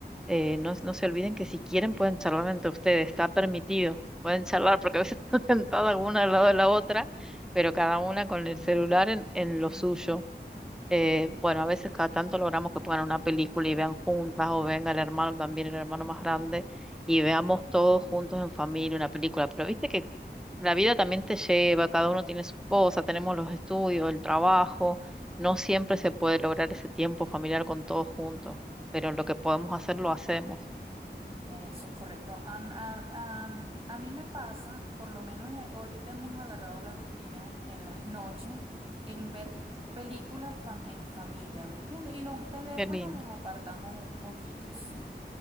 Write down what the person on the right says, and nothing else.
ujú,
Eso es correcto. An- A, a- a mí me pasa, por lo menos eh, ahorita hemos agarrado la rutina en las noches, en ver películas fam- en familia, ¿me entiendes? Y los teléfonos
los apartamos un poquito, sí.